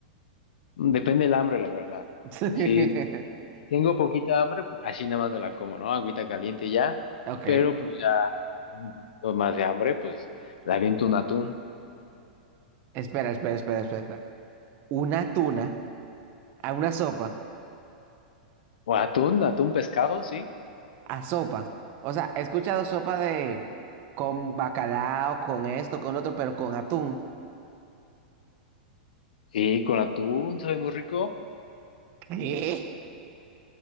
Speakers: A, on the left (about 75°); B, on the right (about 45°).
A: Depende del hambre, la verdad.
B: <laughs>
A: Si tengo poquita hambre, pues así nada más me la como, ¿no? Agüita caliente y ya.
B: Ok,
A: Pero pues ya, si tengo un poquito más de hambre, pues la aviento un atún.
B: espera, espera, espera, espera, espera. Una tuna. A una sopa,
A: O atún, atún pescado, sí.
B: a sopa. O sea, he escuchado sopa de con bacalao, con esto, con otro, pero con atún.
A: Sí, con atún, sabe muy rico.
B: ¿Qué?